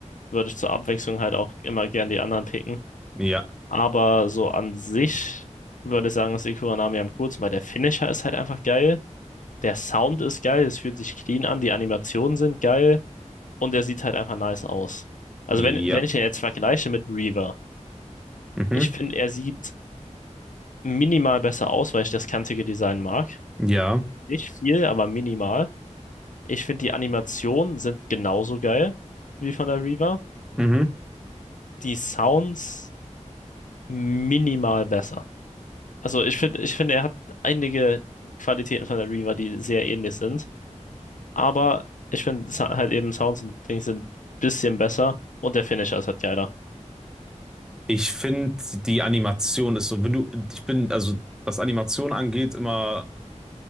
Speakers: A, on the left; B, in the centre.
A: würde ich zur Abwechslung halt auch immer gern die anderen picken.
B: Ja,
A: Aber so an sich würde ich sagen, ist die Konami am kurz, weil der Finisher ist halt einfach geil. Der Sound ist geil, es fühlt sich clean an, die Animationen sind geil. und er sieht halt einfach nice aus. Also
B: ja.
A: wenn, wenn ich ihn jetzt vergleiche mit Reaver,
B: Mhm.
A: ich finde, er sieht minimal besser aus, weil ich das kantige Design mag.
B: Ja.
A: Nicht viel, aber minimal. Ich finde, die Animationen sind genauso geil wie von der Reaver.
B: Mhm.
A: Die Sounds minimal besser. Also ich finde, ich finde, er hat einige Qualitäten von der Reaver, die sehr ähnlich sind. Aber ich finde sa- halt eben Sounds und Dings sind ein bisschen besser und der Finisher ist halt geiler.
B: Ich finde, die Animation ist so, wenn du, ich bin, also was Animation angeht, immer